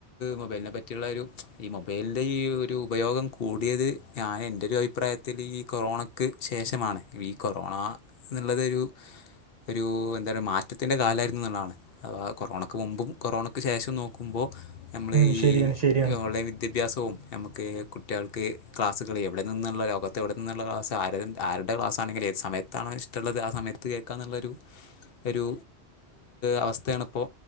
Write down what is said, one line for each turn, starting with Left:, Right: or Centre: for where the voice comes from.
Left: മൊബൈലിനെ പറ്റിയുള്ള ഒരു ഈ മൊബൈലിൻ്റെ ഈ ഒരു ഉപയോഗം കൂടിയത് ഞാൻ എൻ്റെ ഒരു അഭിപ്രായത്തിൽ ഈ കൊറോണക്ക് ശേഷമാണ് ഈ കൊറോണ എന്നുള്ളതൊരു ഒരു എന്താ പറ മാറ്റത്തിന്റെ കാലായി താണ് അ കൊറോണയ്ക്ക് മുമ്പും കൊറോണക്ക് ശേഷം നോക്കുമ്പോ നമ്മ
Right: ഉം
Left: ഈ
Right: ശരിയാണ് ശരിയാണ്
Left: വിദ്യാഭ്യാസവും നമുക്ക് കുട്ടികൾക്ക് ക്ലാസ്സുകള് എവിടെ നിന്നുള്ള ലോകത്തെവിടെ എന്നുള്ള ക്ലാസ് ആ ആരുടെ ക്ലാസ് ആണെങ്കിൽ ഏത് സമയത്താണോ ഇഷ് ഒള്ളത് ആ സമയത്ത് കേൾക്കാ എന്നുള്ളൊരു ഒരു അവസ്ഥയാണിപ്പോ